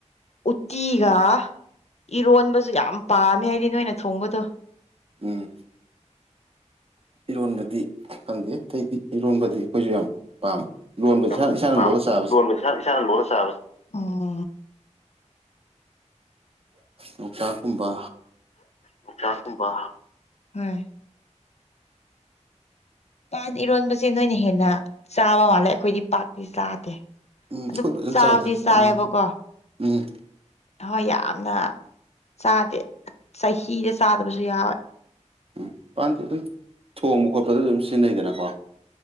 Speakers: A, on the left; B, on the right.
A: ꯎꯠꯇꯤꯒ ꯏꯔꯣꯟꯕꯁꯨ ꯌꯥꯝ ꯄꯥꯝꯃꯦ ꯍꯥꯏꯗꯤ ꯅꯣꯏꯅ ꯊꯣꯡꯕꯗꯣ꯫
B: ꯎꯝ꯫ ꯏꯔꯣꯟꯕꯗꯤ ꯈꯪꯗꯦ ꯑꯇꯩꯗꯤ ꯏꯔꯣꯟꯕꯗꯤ ꯑꯩꯈꯣꯏꯁꯨ ꯌꯥꯝ ꯄꯥꯝ ꯂꯣꯟꯕ
A: ꯌꯥꯝ
B: ꯏꯁꯥ ꯏꯁꯥꯅ
A: ꯄꯥꯝ
B: ꯂꯣꯜꯂ ꯆꯥꯕꯁꯦ꯫
A: ꯂꯣꯟꯕ ꯏꯁꯥꯅ ꯏꯁꯥꯅ ꯂꯣꯜꯂ ꯆꯥꯕꯁꯦ ꯎꯝ꯫
B: ꯌꯣꯡꯆꯥꯛꯀꯨꯝꯕ
A: ꯌꯣꯡꯆꯥꯛꯀꯨꯝꯕ ꯍꯣꯏ꯫ ꯄꯥꯟ ꯏꯔꯣꯟꯕꯁꯦ ꯅꯣꯏꯅ ꯍꯦꯟꯅ ꯆꯥꯕ ꯃꯥꯜꯂꯦ ꯑꯩꯈꯣꯏꯗꯤ ꯄꯥꯛꯇꯤ ꯆꯥꯗꯦ꯫
B: ꯎꯝ ꯑꯩꯈꯣꯏ
A: ꯑꯗꯨꯝ
B: ꯐꯖꯅ
A: ꯆꯥꯕꯗꯤ
B: ꯆꯥꯏꯗ
A: ꯆꯥꯏꯌꯦꯕꯀꯣ꯫
B: ꯄꯥꯟꯁꯦ ꯎꯝ
A: ꯍꯣꯏ ꯌꯥꯝꯅ ꯆꯥꯗꯦ ꯆꯍꯤꯗ ꯆꯥꯗꯕꯁꯨ ꯌꯥꯎꯋꯦ꯫
B: ꯎꯝ ꯄꯥꯟꯗꯤ ꯑꯗꯨꯝ ꯊꯣꯡꯕ ꯈꯣꯠꯄꯗ ꯑꯗꯨꯝ ꯁꯤꯖꯤꯟꯅꯩꯗꯅꯀꯣ꯫